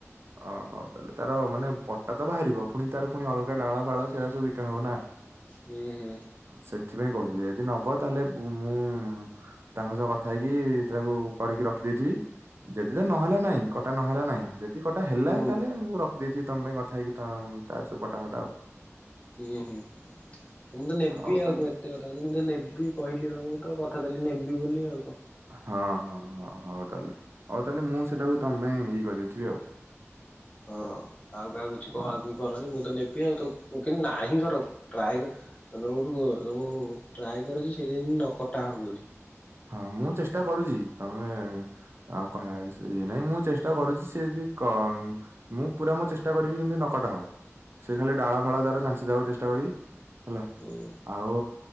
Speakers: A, on the right; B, on the left.
A: ଓହୋ ତାହେଲେ ତାର ମାନେ ପଟାତ ବାହାରିବ ପୁଣି ତାର ପୁଣି ଅଲଗା ଡାଳ ଫାଳ ସେଇଟା ସବୁ ବିକା ହବ ନା।
B: ହୁଁ ହୁଁ।
A: ସେଥିପାଇଁ କହିଲି ଯଦି ନବ ତାହେଲେ ମୁଁ ତାଙ୍କ ସହ କଥା ହେଇକି ତାକୁ କରିକି ରଖି ଦେଇଥିବି ଯଦି ତ ନହେଲେ ନାଇଁ। କଟା ନହେଲା ନାହିଁ ଯଦି କଟା ହେଲା
B: ହୁଁ
A: ତାହେଲେ ମୁଁ ରଖିଦେଇଥିବି ତମ ପାଇଁ କଥାହେଇକି ତା ସବୁ ପଟା ଫଟା।
B: ହୁଁ ହୁଁ ମୁ ମୁଁ ତ ନେବି
A: ହଉ
B: ଆଉ
A: ତାହେଲେ
B: କ ଏତେ କଥାକୁ ମୁଁ ତ ନେବି କହିଲି ତମକୁ ତ କଥା ଦେଲିି ନେବି ବୋଲି ଆଉ କଣ?
A: ହଁ ହଁ ହଁ ହଉ ତାହେଲେ ହଉ ତାହେଲେ ମୁଁ ସେଟାକୁ ତମ ପାଇଁ ଇଏ କରିଦେଇଥିବି ଆଉ
B: ହଁ ଆଉ କାହା କିଛି
A: ହଁ
B: କହାକୁହିକରନି ମୁଁ ତ ନେବି ଆଉ ତ କିନ୍ତ ନାହିଁ କର ଟ୍ରାଏ <unintelligible> ଟ୍ରାଏ କର ସେଇଟା ଯେମିତି ନ କଟା ହବ ବୋଲି
A: ହଁ ମୁଁ ଚେଷ୍ଟା କରୁଛି ତମେ। ହଁ କହିବା ଇଏ ନାଇଁ ମୁଁ ଚେଷ୍ଟା କରୁଛି ସେ ବି କ ମୁଁ ପୁରା ମୋ ଚେଷ୍ଟା କରିବି ଯେମିତି ନକଟା ହବ। ସେ ଖାଲି ଡାଳ ଫାଳ ତାର ଚାନ୍ସ ଦେବାକୁ ଚେଷ୍ଟା କରିବି ହେଲା।
B: ହୁଁ।
A: ଆଉ